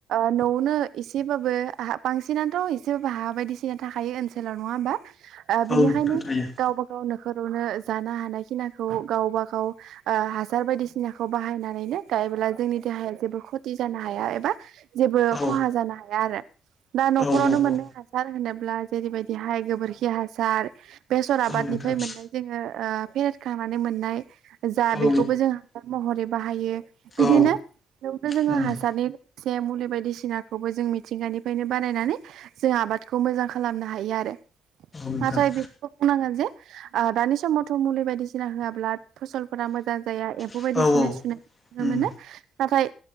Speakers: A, on the right; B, on the left.
A: ओ न'आवनो एसेबाबो बांसिनथ' एसेबाबो हा बायदिसिना थाखायो ओनसोलाव, नङा होमबा? ओ बिनिखायनो
B: औ नोंथां थायो उम
A: गावबा गाव नोखरावनो जानो हानाय खिनाखौ गावबा गाव ओ हासार बायदि सिनाखौ बाहायनानैनो गायोब्ला जोंनि देहाया जेबो खथि जानो हाया एबा जेबो
B: औ
A: खहा जानो हाया आरो दा न'खरावनो
B: औ औ
A: मोनो हासार होनोब्ला जेरैबायदि हाय गोबोरखि हासार, बेसर
B: औ
A: आबादनिफ्राय
B: नोंथां
A: मोननाय जोङो ओ फेरेदखांनानै मोननाय जा
B: औ
A: बेखौबो जों हासार महरै बाहायो। बिदिनो
B: औ
A: बेवनो जोङो
B: उम
A: हासारनि
B: औ
A: से मुलि बायदिसिनाखौबो जों मिथिंगानिफ्रायनो बानायनानै जों आबादखौ मोजां खालामनो हायो आरो
B: नोंथां
A: फास्थआव बेफोरखौ बुंनांगोन जे ओ दानि समावथ' मुलि बायदिसिना होआब्ला फसलफोरा मोजां जाया ए म्फौ
B: औ
A: बेबायायदि
B: औ
A: सिनाय सुनाय नुनो
B: उम
A: मोनो। नाथाय